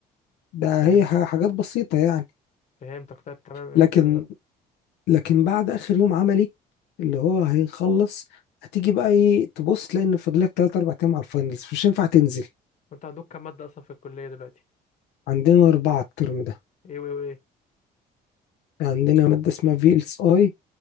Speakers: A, on the left; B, on the left.
A: ده
B: فهمتك
A: هي ح- حاجات بسيطه يعني
B: فهمتك طيب تمام ايه
A: لكن
B: الدنيا بقى
A: لكن بعد اخر يوم عملي اللي هو هيخلص هتيجي بقى ايه تبص لان فاضلك 3 4 ايام على الفاينلز مش هينفع تنزل
B: وانت عندك كام مادة اصلا في الكلية دلوقتي
A: عندنا اربعه الترم ده
B: ايه وايه وايه
A: عندنا ماده اسمها في ال اس اي